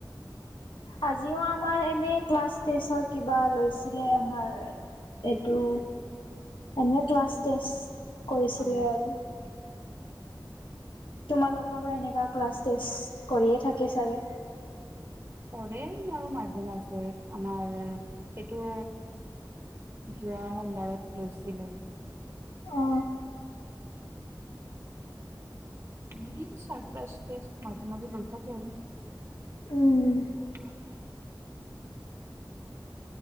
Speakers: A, on the left; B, on the right.
A: আজিও আমাৰ এনে, ক্লাছ টেষ্টৰ কিবা লৈছিলে, আমাৰ। এইটো, এনে ক্লাছ টেষ্ট কৰিছিলে
B: অ
A: আৰু। তোমালোকৰো এনেকা ক্লাছ টেষ্ট কৰিয়ে থাকে, চাগে?
B: কৰে, আমাৰো মাজে-মাজে। আমাৰ এইটো, যোৱা সোমবাৰত লৈছিলোঁ।
A: অ
B: এনেই, চাৰপ্ৰাইজ টেষ্ট, মাজে-মাজে লৈ থাকে এনে।
A: উম
B: <inaudible>